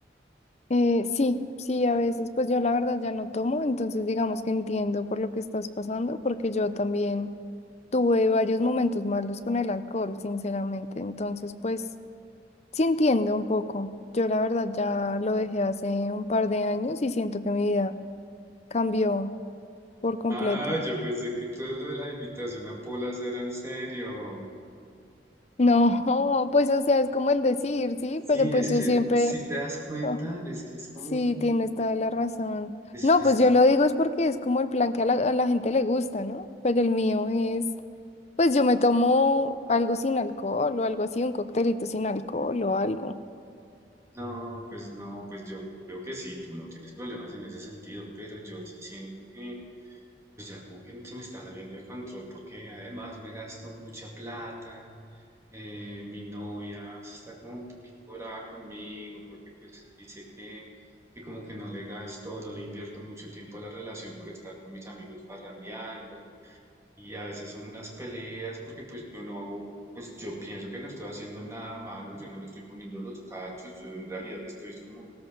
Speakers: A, on the left; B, on the right.
A: Eh, sí, sí, a veces, pues yo la verdad ya no tomo, entonces digamos que entiendo por lo que estás pasando, porque yo también tuve varios momentos malos con el alcohol, sinceramente, entonces pues sí entiendo un poco. Yo la verdad ya lo dejé hace un par de años y siento que mi vida cambió por completo.
B: Ah, yo pensé que todo lo de la invitación a Polas era en serio.
A: No, <laughs> pues o sea, es como el decir, sí,
B: Sí,
A: pero pues
B: es
A: yo
B: que
A: siempre...
B: si te das cuenta,
A: ah,
B: es que es como,
A: Sí, tienes toda la razón.
B: es,
A: No,
B: es-
A: pues yo lo digo es porque es como el plan que a la, a la gente le gusta, ¿no? Pero el mío es, pues yo me tomo algo sin alcohol o algo así, un coctelito sin alcohol o algo.
B: no, pues no, pues yo veo que sí, tú no tienes problemas en ese sentido, pero yo sí siento que, pues ya como que se me está saliendo de control, porque además me gasto mucha plata, eh, mi novia está como un poquito brava conmigo, porque pues dice que, que como que no le gasto, no le invierto mucho tiempo a la relación por estar con mis amigos parrandeando. Y a veces son unas peleas porque pues yo no hago, pues yo pienso que no estoy haciendo nada malo, yo no le estoy poniendo los cachos, yo en realidad estoy es como